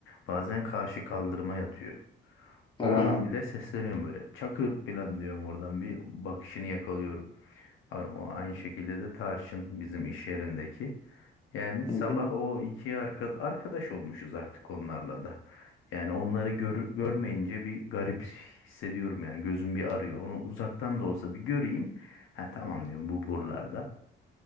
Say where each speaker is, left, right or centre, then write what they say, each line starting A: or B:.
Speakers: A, on the left; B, on the left.
A: Bazen karşı kaldırıma yatıyor.
B: He.
A: Oradan
B: Hı
A: bile sesleniyorum böyle. Çakır falan diyorum oradan bir bakışını yakalıyorum. A- o Aynı şekilde de Tarçın bizim iş yerindeki. Yani sabah
B: hı,
A: o iki arka, arkadaş olmuşuz artık onlarla da. Yani onları gör, görmeyince bir garip hissediyorum yani gözüm bir arıyor. Onu uzaktan da olsa bir göreyim. Ha tamam diyorum bu buralarda.